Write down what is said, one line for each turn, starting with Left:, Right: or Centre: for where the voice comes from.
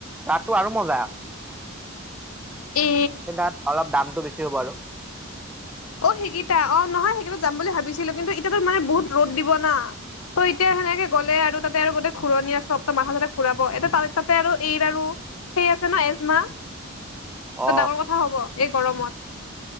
Centre: তাততো আৰু মজা
Left: এ
Centre: সেই তাত অলপ দামটো বেছি হ'ব আৰু
Left: অ সেইকেইটা অ নহয় সেইকেইটাত <unintelligible> কিন্তু এতিয়াতো মানে বহুত ৰ'দ দিব না তই এতিয়া সেনেকে গ'লে আৰু তাতে আৰু গোটে খুৰণীয়া সব ত মাথা সাথা ঘোৰাব এতিয়া তা তাতে আৰু এইৰ আৰু সেই আছে ন এজমা, ত
Centre: অ
Left: ডাঙৰ কথা হ'ব এই গৰমত।